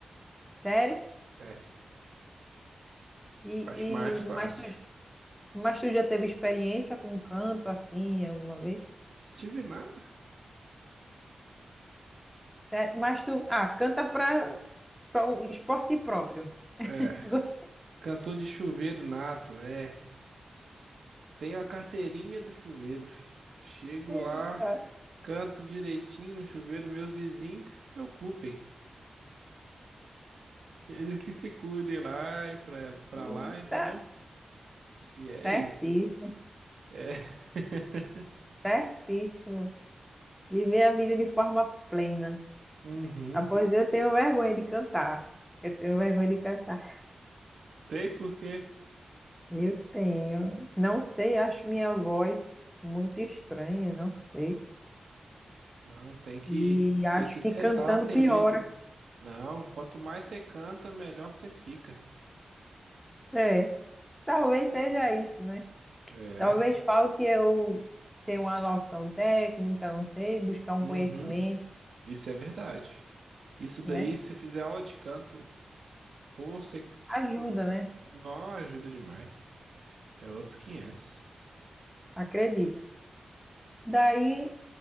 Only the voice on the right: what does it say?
É,
acho
mais fácil.
Tive nada.
É,
cantor de chuveiro nato, é. Tenho a carteirinha do chuveiro, filho. Chego
lá, canto direitinho no chuveiro, meus vizinhos que se preocupem. <laughs> Eles que se cuidem lá e pra, pra
lá, entendeu? E é
isso. É. <laughs>
Uhum.
Tem por quê?
Não, tem que,
tem que
tentar
sem
medo. Não, quanto mais você canta, melhor você fica.
É.
Uhum.
Isso é verdade. Isso daí,
se fizer aula de canto, pô, você.
Não, ajuda demais. É outros 500.